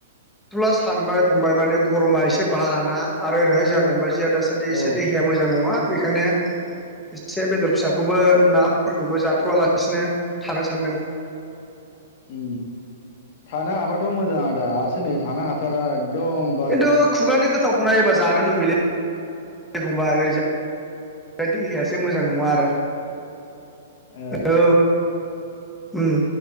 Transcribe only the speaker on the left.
औ
ओ थानो हाबाथ' मोजां आदा आसो नै थानो हाथारा एकदम,
ओ